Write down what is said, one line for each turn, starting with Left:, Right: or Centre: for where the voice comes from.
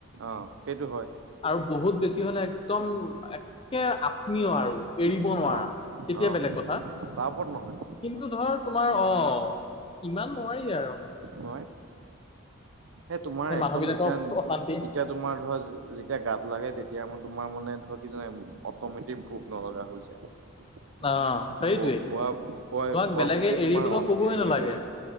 Right: অ সেইটো হয়।
Left: আৰু বহুত বেছি হলে একদম একে আত্মীয়, আৰু এৰিব নোৱাৰা
Right: অ',
Left: তেতিয়া
Right: অ',
Left: বেলেগ কথা
Right: তাৰ ওপৰত নহয়
Left: কিন্তু ধৰক তোমাৰ অ ইমান নোৱাৰি, আৰু
Right: ন। এ তোমাৰ
Left: সেই
Right: একদম
Left: মানুহ বিলাকক
Right: যেতিয়া
Left: অশান্তি
Right: এতিয়া তোমাৰ ধৰা যেতিয়া গাত লাগে তেতিয়া মানে তোমাৰ মানে ধ কি জান অটমেটিক ভোক নলগা হৈ যায় খ
Left: অ সেইটোৱেই
Right: খোৱা খোৱা
Left: তোমাক
Right: খোৱা
Left: বেলেগে
Right: প্ৰতি
Left: এৰিবলৈ
Right: তোমাৰ এনে
Left: কবই
Right: আহি
Left: নালাগে
Right: যায়।